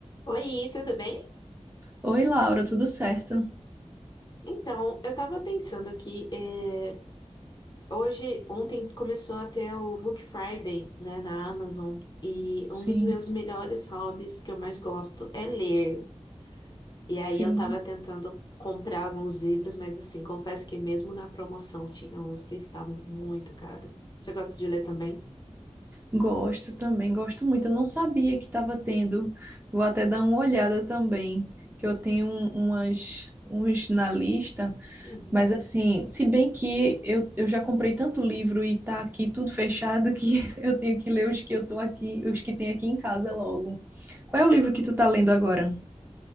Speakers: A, on the left; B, on the right.
A: Oi, tudo bem?
B: Oi, Laura, tudo certo?
A: Então, eu tava pensando aqui, é, hoje, ontem começou a ter o Book Friday, né, na Amazon, e
B: Sim,
A: um dos meus melhores hobbies que eu mais gosto é ler. E
B: sim.
A: aí eu tava tentando comprar alguns livros, mas assim, confesso que mesmo na promoção tinha uns que estavam muito caros. Você gosta de ler também?
B: Gosto também, gosto muito. Eu não sabia que estava tendo. Vou até dar uma olhada também, que eu tenho um- umas, uns na lista.
A: Uhum.
B: Mas assim, se bem que eu, eu já comprei tanto livro e tá aqui tudo fechado que <laughs> eu tenho que ler os que eu tô aqui, os que tem aqui em casa logo. Qual é o livro que tu tá lendo agora?